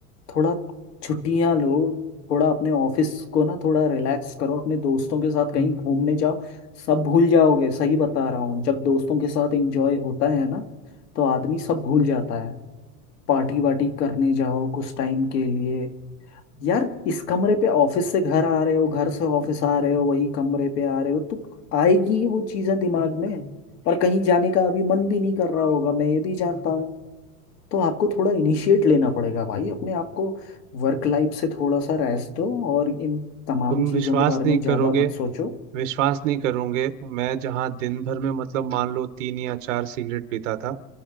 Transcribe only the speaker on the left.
थोड़ा छुट्टियां लो थोड़ा अपने ऑफिस को ना थोड़ा रिलैक्स करो अपने दोस्तों के साथ कहीं घूमने जाओ सब भूल जाओगे सही बता रहा हूँ जब दोस्तों के साथ एंजॉय होता है ना तो आदमी सब भूल जाता है पार्टी वार्टी करने जाओ कुछ टाइम के लिए यार इस कमरे पे ऑफिस से घर आ रहे हो घर से ऑफिस आ रहे हो वही कमरे पे आ रहे हो तो आएगी ही वो चीजें दिमाग में और कहीं जाने का अभी मन भी नहीं कर रहा होगा मैं ये भी जानता हूँ तो आपको थोड़ा इनिशिएट लेना पड़ेगा भाई अपने आप को वर्क लाइफ से थोड़ा सा रेस्ट दो और इन तमाम
चीजों
के बारे
में ज्यादा
मत सोचो